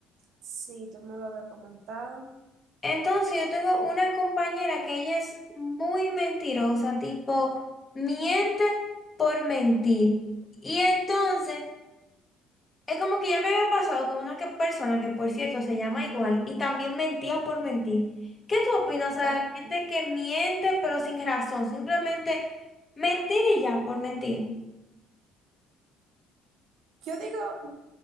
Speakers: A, on the right; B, on the left.
A: Sí, tú me lo habías comentado.
B: Entonces yo tengo una compañera que ella es muy mentirosa, tipo, miente por mentir. Y entonces Es como que ya me había pasado con una que- persona que, por cierto, se llama igual y también mentía por mentir. ¿Qué tú opinas, o sea,
A: Oh.
B: de la gente que miente pero sin razón? Simplemente mentir y ya, por mentir.
A: Yo digo,